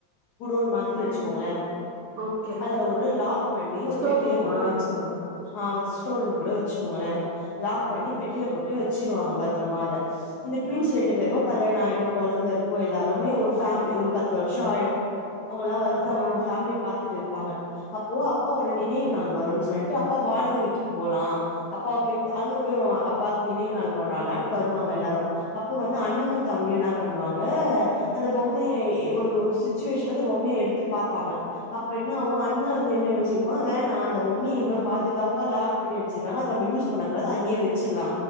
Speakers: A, on the left; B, on the right.
A: குடோன் மாதிரி
B: சரி
A: வெச்சுக்கோங்குளே
B: ஓகே
A: அதுல ஒரு லாக் பண்ணி ஒர்
B: ஸ்டோர்
A: பெட்டில
B: ரூமா
A: போட்டு வெச்சுருவாங் ஆஹ் வெஸ்டோர் ரூம் கூட வெச்சுக்கோங்குளே லாக் பண்ணி
B: ஆ
A: பெட்டில போட் ட்டு வெச்சுருவாங்க பத்தரமா அத இந்த ட்வின்ஸ்
B: ஆ
A: ரெண்டு பேருமே கல்யாண ஆயிடு கொழந்த இருக்கூ எல்லாருமே ஒரு ஃபேமிலி ஒரு பத்து வருஷ்ஷோ ஆயிடு அவுங்கல்லா
B: அப்டியா
A: வளந்து அவுங் அவுங் ஃபேமிலி பாத் த்துட்டு இருப்பாங்க அப்போ அப்பாவோட நெனைவு நாள் வருனு சொல்ட்டு அப்பா வாழ்ந்த வீட்டுக்கு போலா அப்பாவ் போயிட்டு
B: ஓ
A: அங்கு போய் <unintelligible> பாத்து நெனைவு நாள் கொண்டாடலா வருவாங்க எல்லாரு அப்போ வந்து அண்ணனு தம்பயு இன்னா பண்ணுவாங்க அந்த பொம்மய ஒரு ஒரு சிச்சுவேஷன்லருந்து அந்த பொம்மய எடுத்து பாப்பாங்க அப்ப என்ன ஆகூ அண்ண வந்து என்ன யோசிப் ப்ப வேணா இந்த பொம்மய இவ்ளவ் பாதுகாப்ப லாக் பண்ணி வச்சுக்கலா அத நம்ம யூஸ் பண்ண கூடாது அங்கயே வச்சிட்லா